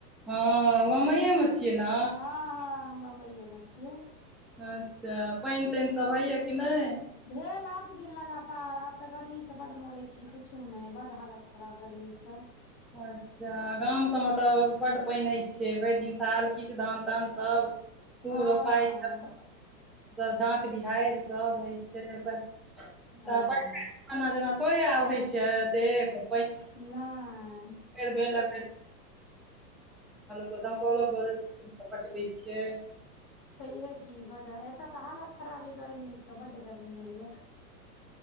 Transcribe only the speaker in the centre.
हँ मइमे चेना
अच्छा पानि तानि सब होइये कि नहि
अच्छा अच्छा गाम सभमें तऽ बड्ड पानि होइ छै भरि दिन थाल किछु धान तान सब खू
रोपाइ झाँट बिहारि सभ होइ छै तऽ
पहिलका जमाना जेना थोड़े आबै छै एतेक
भेल भेल ह त दमकलो पटबै छिय